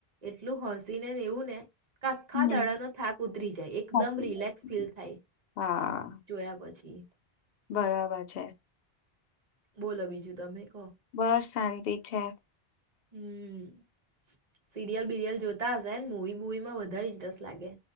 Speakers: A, on the right; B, on the left.
A: એટલું હસી ને ને એવું ને આાખા
B: હમ્મ,
A: દાડાનો થાક ઉતરી જાય એકદમ
B: સાચી
A: રિલેક્સ
B: વાત.
A: ફીલ
B: હમ્મ.
A: થાય
B: હા,
A: જોયા પછી એ
B: બરાબર છે
A: બોલો બીજું તમે કહો
B: બસ શાંતિ છે
A: હમ સીરિયલ બીરિયલ જોતા હશેને મવી બુવી માં વધારે ઇન્ટરેસ્ટ લાગે